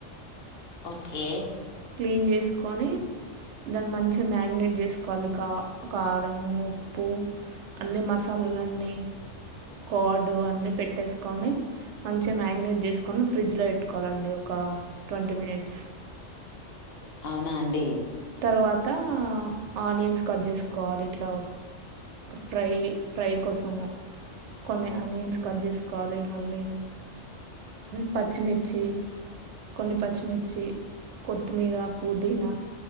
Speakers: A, on the left (about 60°); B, on the right (about 70°).
A: ఓకే
B: క్లీన్ చేసుకొని దాన్ని మంచిగా మేగినేట్ చేసుకోవాలి కా కారమూ ఉప్పు అన్ని మసాలాలన్నీ కాడ్డు అన్ని పెట్టేసుకొని మంచిగా మేగినేట్ చేసుకొని ఫ్రిడ్జ్లో పెట్టుకోవాలండి ఒక ట్వంటీ మినిట్స్ అ
A: అవునా అండి
B: తరువాత ఆనియన్స్ కట్ చేసుకోవాలి ఇట్లా ఫ్రై ఫ్రై కోసము కొన్ని ఆనియన్స్ కట్ చేసుకోవాలి మళ్ళీ పచ్చిమిర్చి కొన్ని పచ్చిమిర్చి కొత్తిమీర పుదీనా